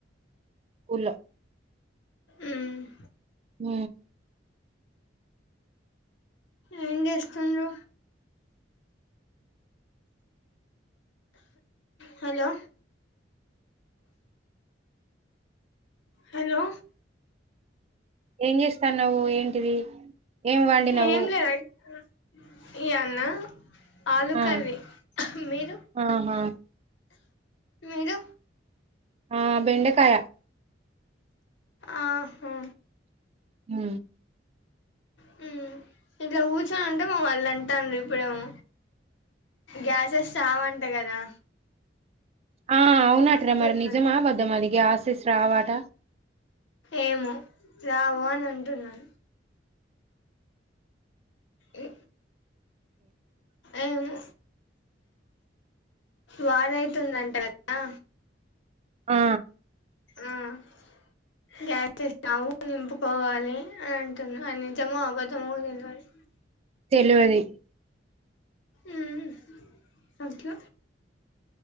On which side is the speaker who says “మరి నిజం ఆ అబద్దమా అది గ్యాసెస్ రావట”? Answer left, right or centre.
Right